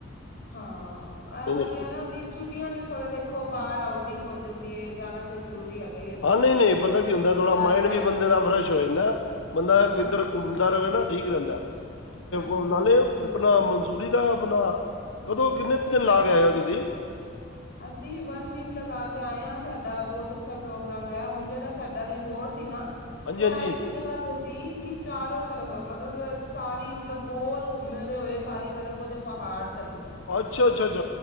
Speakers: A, on the left; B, on the left.
A: ਹਾਂ
B: ਨਹੀਂ
A: ਇਹ ਵਧੀਆ
B: ਨਹੀਂ
A: ਨਾ ਕਿ। ਛੁਟੀਆਂ ਜੇ ਥੋੜਾ ਦੇਖੋ ਬਾਹਰ ਆਊਟਿੰਗ ਹੋ ਜਾਂਦੀ ਏ ਜਾਣਾ। ਤੇ ਜ਼ਰੂਰੀ ਹੈਗਾ ਹੀ ਹੈ ਤੁਹਾਨੂੰ
B: ਹਾਂ ਨਹੀਂ ਨਹੀਂ
A: ਅੱਜ
B: ਪਤਾ
A: ਕੱਲ
B: ਕੀ ਹੁੰਦਾ ਥੋੜ੍ਹਾ
A: ਸਾਰੇ
B: ਮਾਇੰਡ
A: ਜਾਂਦੇ
B: ਵੀ ਬੰਦੇ
A: ਨੇ
B: ਦਾ ਫਰੈਸ਼ ਹੋ ਜਾਂਦਾ। ਬੰਦਾ
A: ਹਾਂਜੀ
B: ਕਿੱਧਰ ਘੁੰਮਦਾ ਰਵੇ ਨਾ ਠੀਕ ਰਹਿੰਦਾ
A: ਹਾਂਜੀ
B: ਐ ਤੇ ਨਾਲੇ
A: ਹਾਂਜੀ ਘੁੰਮ
B: ਆਪਣਾ ਮਨਜ਼ੂਰ ਦਾ ਅਪਨਾ ਕਦੋਂ, ਕਿੰਨੇ ਦਿਨ ਲਾ ਕੇ ਆਏ ਓ ਤੁਸੀਂ?
A: ਅਸੀਂ ਵਨ ਵੀਕ ਲਗਾ ਕੇ ਆਏ ਆਂ, ਸਾਡਾ ਬੋਤ ਅੱਛਾ ਪ੍ਰੋਗਰਾਮ ਰਿਹਾ, ਹੁਨ ਜੇੜਾ ਸਾਡਾ ਰਿਜ਼ੋਰਟ ਸੀ ਨਾ
B: ਹਾਂਜੀ
A: ਓ
B: ਹਾਂਜੀ
A: ਐਸੀ ਜਗ੍ਹਾ ਸੀ ਕਿ ਚਾਰੋ ਤਰਫ ਮਤਲਬ ਸਾਰੀ ਮਤਲਬ ਗੋਲ ਘੁੰਮਦੇ ਹੋਏ ਸਾਰੀ ਤਰਫ ਓਦੇ ਪਹਾੜ ਸਨ।
B: ਅੱਛਾ, ਅੱਛਾ, ਅੱਛਾ।